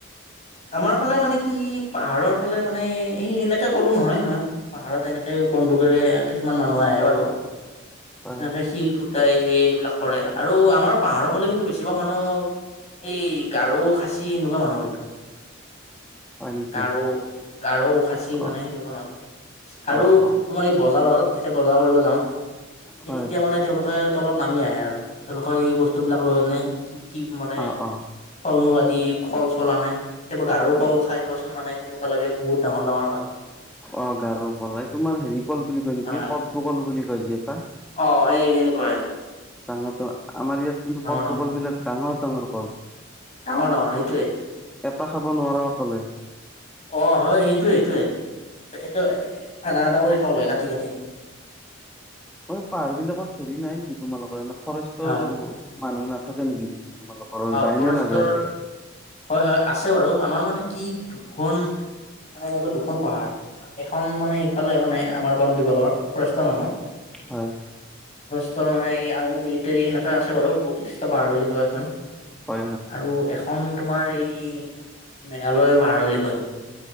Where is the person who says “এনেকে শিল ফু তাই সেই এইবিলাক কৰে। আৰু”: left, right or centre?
Left